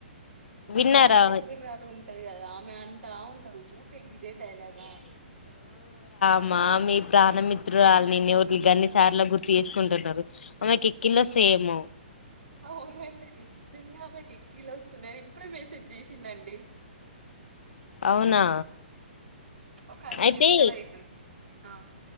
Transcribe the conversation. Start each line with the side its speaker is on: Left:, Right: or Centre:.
Right: అమ్మ
Left: విన్నారా
Right: ప్రాణమిత్రురాలు ఉంటది కదా ఆమె అంటా ఉంటది ఊక గిదే డైలాగ ఆమె
Left: మ్మా మీ ప్రాణమిత్రురాళని ఇన్ని ర్లు అన్ని సార్లు గుర్తు చేసుకుంటున్నారు ఆమెకు ఎక్ <unintelligible> సేము
Right: అవునండి నిజంగా ఆమెకు ఎక్కిీలు వస్తున్నాయని ఇప్పుడే మేసెజ్ చేసిందండి
Left: అవునా
Right: ఒక ఐదు
Left: అయితే
Right: నిమిషాలు అయితధి ఆ